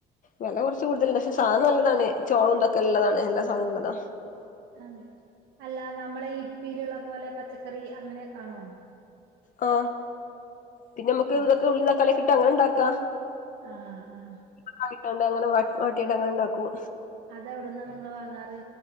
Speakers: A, on the left; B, on the right.
A: വെല കൊറച്ച് കൂടുതലന്നെ പക്ഷെ സാധനം നല്ലതാണ് ചോളവും ഇതൊക്കെല്ലതാണ് എല്ലാ സാധനോം നല്ലതാ
B: അതെ അല്ല നമ്മളെ ഇപ്പയിലുള്ള പോലെ പച്ചക്കറി അങ്ങനെ കാണുവോ
A: ആ പിന്നെ മ്മക്ക്
B: ആ
A: ഇതൊക്കെ ഉള്ളീം തക്കാളീംഓക്കെ ഇട്ട് അങ്ങനെ ണ്ടാക്കാ
B: ആ ആ
A: കായിട്ടണ്ട ങ്ങനെ വാ വാട്ടീട്ടങ്ങനെണ്ടാക്കും
B: അഥവി ട്ന്നാ നിങ്ങള് വാങ്ങാറ്